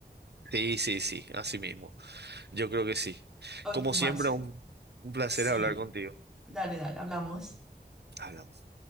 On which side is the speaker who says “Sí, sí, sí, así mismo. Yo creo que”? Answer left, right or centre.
Right